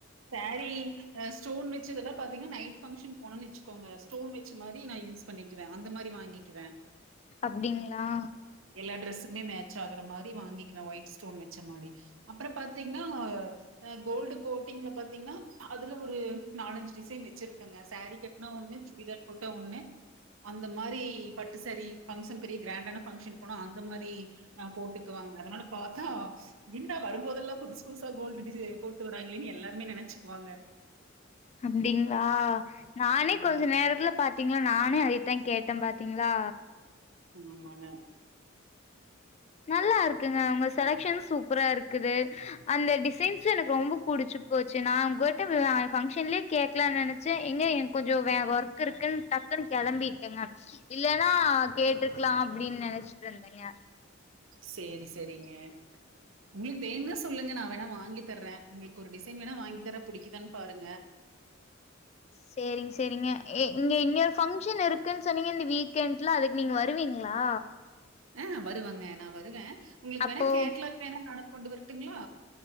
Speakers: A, on the right; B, on the left.
A: சேரி அ ஸ்டோன் வெச்சதுல்லா பாத்தீங்ன்னா நைட்டு ஃபங்ஷன் போனுன் வெச்சுக்கோங்க ஸ்டோன் வெச்ச மாரி நா யூஸ் பண்ணிக்குவே அந்த மாரி வாங்கிக்குவே
B: அப்டிங்ளா
A: எல்லா டிரரெஸ்ஸுக்மே மேச்சாகுற மாரி வாங்கிக்குவே ஒயிட் ஸ்டோன் வெச்ச மாரி அப்பறம் பாத்தீங்ன்னா அ கோல்டு கோட்டிங்ல பாத்தீங்ன்னா அதுல ஒரு நாலஞ்சு டிசைன் வெச்சிர்க்கங்க சேரீ கெட்னா ஒண்ணு சுடிதார் போட்டா ஒண்ணு அந்த மாரி பட்டு சேரி ஃபங்க்ஷன் பெரிய க்ராண்டான பங்க்ஷன் போனா அந்த மாரி அ போட்டுக்குவங்க அதனால பாத்தா லிண்டா வரும்போதெல்லா புதுஸ் புதுசா கோல்டு டிசே போட்டு வறாங்களேன் எல்லாருமே நெனைச்சுக்குவாங்க
B: அப்டிங்ளா நானே
A: ஆமா
B: கொஞ்ச நேரத்துல பாத்தீங்ளா நானே அதேதா கேட் டே பாத்தீங்ளா
A: ஆமாங்க
B: நல்லா இருக் க்குங்க உங்க செலக்ஷன் சூப்பரா இருக் குது அந்த டிசைன்ஸ் எனக்கு ரொம்ப புடிச்சு போச்சு நா உங்கோட்ட அ ஃபங்க்ஷன்லே கேக்லா நெனச் சே எங்க என்கொஞ்சோ வே ஒர்க்குருக்குன் டக்குன்னு கெளம்பிட்டங்க இல்லனா கேட்டுருக்லா அப்டின் நெனச்சிட் இருந்தங்க
A: செரி செரிங்க உங்ளுக் வேனுனா சொல்லுங்க நா வேணா வாங்கி தர்றே உங்ளுக் ஒரு டிசைன் வேணா வாங்கி தர புடிக்குதான் பாருங்க
B: செரிங் செரிங்க இங்க இன்னொரு பஃங்க்ஷன் இருக்குன் சொன்னீங்க இந்த வீக்கெண்ட்ல அதுக் நீங்க வருவீங்ளா
A: அ வருவங்க நா வருவே உங்ளுக்
B: அப்போ
A: வேணா கேட்லாக் வேணா <inaudible> கொண்டு வரட்டுங்ளா